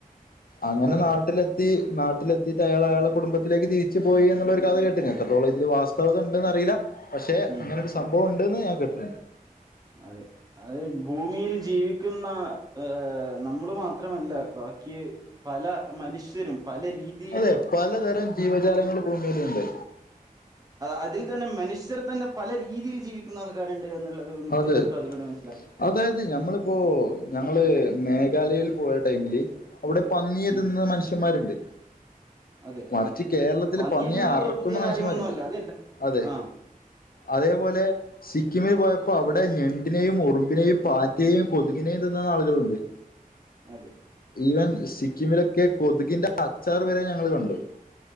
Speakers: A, on the left (about 80°); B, on the right (about 25°).
A: അങ്ങനെ
B: അതെ
A: നാട്ടിലെത്തി
B: അതെ
A: നാട്ടിലെത്തിട്ട് അയാള അയാളെ കുടുംബത്തി ത്തിലേക്ക് തിരിച്ച പോയി എന്നുള്ള ഒരു കഥ കേട്ടി എത്രത്തോളം ഇതിൽ വാസ്തവത് ഉണ്ടന്ന് അറിയില്ല പക്ഷെ
B: ഉം
A: അങ്ങനെ സംഭവം ഇണ്ട്ന്ന് ഞാ കേട്ടിട്ടുണ്ട്
B: അതെ അത് ഭൂമിയിൽ ജീവിക്കുന്ന ഏഹ് നമ്മള് മാത്രമല്ല ബാക്കി പല മനുഷ്യരും പല രീതി
A: അതെ പലതരം ജീവജാലങ്ങൾ ഭൂമിയിലിണ്ട്
B: അതിൽ തന്നെ മനുഷ്യരെ തന്നെ പല രീതിയിൽ ജീവിക്കുന്ന ആൾക്കാരുണ്ട് എന്നുള്ളതും കൂടി
A: അതെ
B: നമുക്ക് അതിലൂടെ മനസ്സിലാക്കാം
A: അതായത് ഞമ്മിപ്പോ ഞങ്ങള് മേഘാലയൽ പോയ ടൈമില് അവിടെ പന്നിയെതിന്നുന്ന
B: ഉം
A: മനുഷ്യന്മാരുണ്ട്
B: അതെ
A: മറിച്ച് കേരളത്തില്
B: പന്നി
A: പന്നിയെ
B: തിന്നുന്നത്
A: അറക്കുന്ന
B: പുതിയ
A: മനുഷ്യന്മാരുണ്ട്
B: കാര്യമൊന്നുമല്ല അതെല്ല
A: അതെ
B: ആഹ്
A: അതേപോലെ സിക്കിമിൽ പോയ അപ്പൊ അവിടെ ഞണ്ടിനെയും ഉറുമ്പിനെയും പാറ്റെയും കൊതുകിനെയും തിന്നുന്നാളുകളുണ്ട്
B: അതെ
A: ഈവൻ സിക്കിമിലൊക്കെ കൊതുകിന്റെ അച്ചാർ വരെ ഞങ്ങള് കണ്ടു